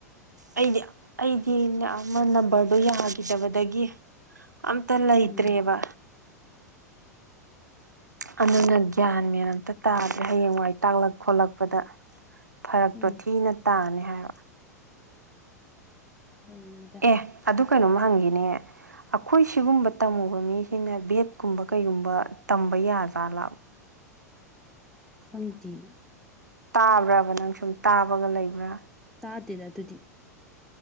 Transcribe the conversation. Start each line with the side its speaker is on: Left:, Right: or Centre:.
Right: ꯑꯩꯗꯤ ꯑꯩꯗꯤ ꯑꯃ ꯅꯝꯕꯔꯗꯣ ꯌꯥꯈꯤꯗꯕꯗꯒꯤ ꯑꯝꯇꯗ
Centre: ꯎꯝ
Right: ꯏꯇ꯭ꯔꯦꯕ ꯑꯗꯨꯅ ꯒ꯭ꯌꯥꯟ ꯃꯦꯟ ꯑꯃꯇ ꯇꯥꯗꯦ ꯍꯌꯦꯡꯋꯥꯏ ꯇꯥꯛꯂꯛ ꯈꯣꯠꯂꯛꯄꯗ ꯐꯔꯛꯇꯣ
Centre: ꯎꯝ
Right: ꯊꯤꯅ ꯇꯥꯅꯤ ꯍꯥꯏꯕ
Centre: ꯑꯩ
Right: ꯑꯦ ꯑꯗꯨ ꯀꯩꯅꯣꯝ ꯍꯪꯈꯤꯅꯦ ꯑꯩꯈꯣꯏ ꯁꯤꯒꯨꯝꯕ ꯇꯝꯃꯨꯕ ꯃꯤꯁꯤꯅ ꯕꯦꯠꯀꯨꯝꯕ ꯀꯩꯒꯨꯝꯕ ꯇꯝꯕ ꯌꯥꯗ꯭ꯔꯖꯥꯠꯕ
Centre: ꯈꯪꯗꯦ
Right: ꯇꯥꯕ꯭ꯔꯕ ꯅꯪ ꯁꯨꯝ ꯇꯥꯕꯒ ꯂꯩꯕ꯭ꯔꯥ
Centre: ꯇꯥꯇꯦꯗ ꯑꯗꯨꯨꯗꯤ